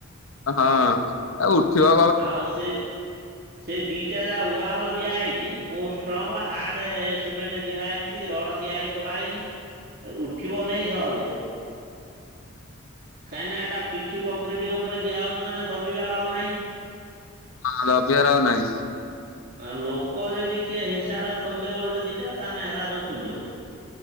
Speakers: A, on the left; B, on the right.
A: ହଁ ଆଉ ଉଠିବା
B: ଆଉ ସେ ସେଇ ଦିଟା ୱାଲ ଦିଆହାଇଛି ବହୁତ ଷ୍ଟ୍ରଙ୍ଗ ହାର୍ଡ ସିମେଣ୍ଟ ଦିଆାଯାଇଛି। କି ରଡ ଦିଆ ହେଇ କରାହେଇଛି ଉଠିବନେହିଁ ସହଜେ। କାଇଁନା ଏଟା ପିଚୁ କଂକ୍ରିଟ ଉପରେ ଦିଆହଉଛି ମାନେ ଦବିବାର ଆଉ ନାହିଁ।
A: ହଁ ଦବିଆର ଆଉ ନାହିଁ।
B: ଆଉ ଲୋକ ଯଦି କିଏ ହିଂସାରେ ଖୋଲିଦେବେ ଗୋଟେ ଦିଟା ତାହେଲେ ହେରା ସବୁ ଖୋଲିଯିବ।